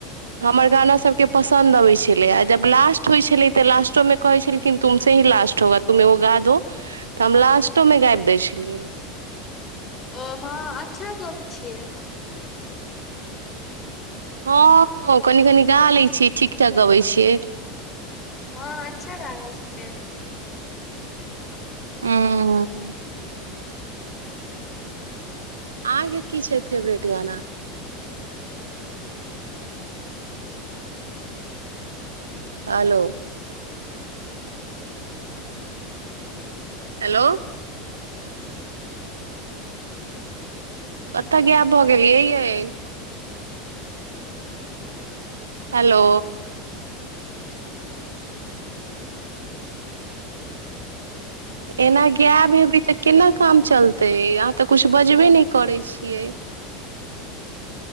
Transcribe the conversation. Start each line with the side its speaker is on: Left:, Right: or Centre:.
Right: हमर गाना सबके पसन्द अबैत छलैए, जब लास्ट होइ छलै तऽ लास्टोमे कहै छल खिन अहि स लास्ट हैत, अहि एकटा गाइब दियौ, तऽ हम लास्टो में गाबि दै छलियै‌।
Left: ओ हँ अच्छा गबै छियै।
Right: हँ कनि-कनि गा लै छीयै ठीक-ठाक गबै छियै।
Left: हँ अच्छा लागल सुनैम हूं।
Right: अम्म आहांके की छै फेवरेट गाना। हलो हेलो कतऽ गैब भऽ गेलियै यैंए। हेलो एना गैएब हेबै तऽ केना काम चलतै, अहाँ तऽ कुछ बजबे नहि करै छियै।